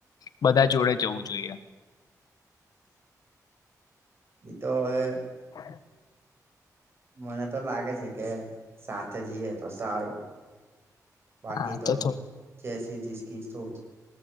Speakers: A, on the left; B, on the right.
A: બધા જોડે જવું જોઈએ.
B: તો હવે
A: <inaudible>
B: મને તો લાગે છે કે સાથે જઈએ તો સારું. બાકી
A: હા
B: તો
A: થોડું
B: જૈસી જીસકી સોચ.